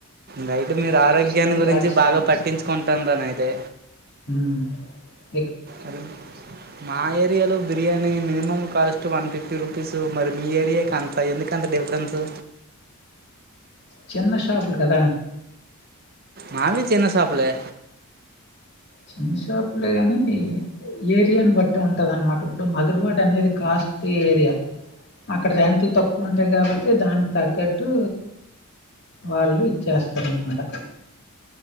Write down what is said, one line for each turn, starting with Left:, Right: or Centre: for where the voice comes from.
Right: నైట్ మీరు ఆరోగ్యాన్ని గురించి
Left: పాటిస్తాను.
Right: బాగా పట్టించు కుంటుందానైతే
Left: మ్
Right: అది మా ఏరియాలో బిర్యానీ ని minimum cost one fifty rupees మరి మీ ఏరియాకి అంత ఎందుకంత డిఫరెన్సు
Left: చిన్న షాపులు కద
Right: మావీ చిన్న షాపులే
Left: చిన్న షాపులే కానీ ఏరియాని బట్టి ఉంటుందన్నమాట ఇప్పుడు మధురవాడ అనేది కాస్ట్లీ ఏరియా అక్కడ రెంట్లు తక్కువ ఉంటాయి కాబట్టి దానికి తగ్గట్టు వాళ్ళు ఇచ్చేస్తారనమాట.